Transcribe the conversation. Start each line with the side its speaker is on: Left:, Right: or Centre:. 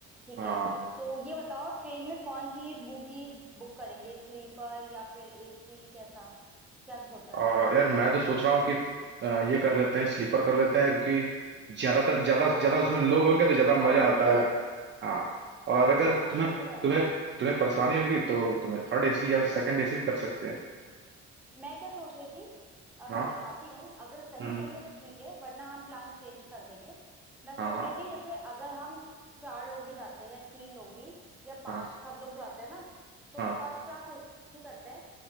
Centre: ठीक
Right: हाँ
Centre: है तो ये बताओ ट्रेन में कौन सी बोगी बुक करेंगे स्लीपर या फिर एसी कैसा क्या सोचा
Right: अ,
Centre: है
Right: यार मैं तो सोच रहा हूँ कि अ, ये कर लेते हैं स्लीपर कर लेते हैं क्योंकि ज्यादातर ज्यादा ज्यादा
Centre: हाँ
Right: उसमें लोग होंगे तो ज्यादा मजा
Centre: ये भी
Right: आता
Centre: सही है
Right: है हाँ और अगर
Centre: हाँ
Right: तुम्हें
Centre: ये तो है
Right: तुम्हें तुम्हें परेशानी होगी तो तुम्हें थर्ड एसी या सेकंड एसी भी कर सकते हैं
Centre: मैं क्या सोच रही थी अब
Right: हाँ
Centre: मैं बताती हूँ अगर सही
Right: हम्म
Centre: लगे तो ठीक है वरना हम प्लान चेंज कर देंगे मैं सोच
Right: हाँ हाँ
Centre: रही थी जैसे अगर हम चार लोग भी जाते हैं या तीन लोग भी या पांच
Right: हाँ
Centre: सब लोग जाते हैं ना तो
Right: हाँ
Centre: फर्स्ट क्लास एसी करते हैं